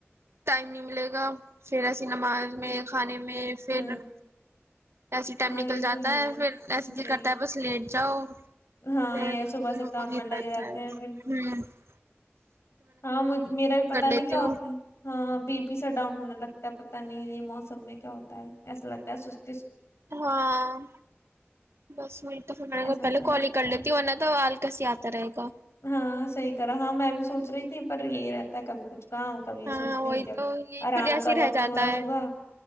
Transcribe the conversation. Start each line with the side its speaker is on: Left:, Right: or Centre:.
Right: ٹائم نہیں ملے گا پھر ایسی نماز میں کھانے میں میں
Left: ہوں
Right: پھر ایسی ٹائم
Left: ہاں
Right: نکل
Left: یہ
Right: جاتا
Left: تو
Right: ہے پھر ایسے د
Left: جی
Right: کرتا ہے بس لیٹ جاؤ پ
Left: ہاں
Right: نہیں
Left: یہ صبح سے کام میں لگے
Right: پ
Left: رہتے
Right: ہے
Left: ہیں پھر
Right: ہ <unintelligible>
Left: ہاں مج میرا بھی پتا نہیں
Right: لیتی
Left: کیا ہوتا
Right: ہوں
Left: ہے ہاں بی پی سا ڈاؤن ہونے لگتا پتا نہیں ہے یہ موسم میں کیا ہوتا ہے ایسا لگتا ہے س
Right: ہاں بس وہیں تو پھر میںے
Left: ایسا
Right: پہلے
Left: نہ
Right: کال
Left: لگتا
Right: ہی کر لیتی
Left: ہے
Right: ہ ورنہ تو کیسے آتا رہے گا
Left: ہاں صحیح کرا ہاں میں بھی سوچ رہی تھی پر یہی رہتا ہے کبھی کچھ کام کبھی یہ
Right: ہاں
Left: سوچتی
Right: وہی
Left: ہوں کہ
Right: تو یہ
Left: آرام
Right: پھر جیسے
Left: کا
Right: ہی رہ
Left: وقت
Right: جاتا
Left: ہو رہا
Right: ہے
Left: ہوگا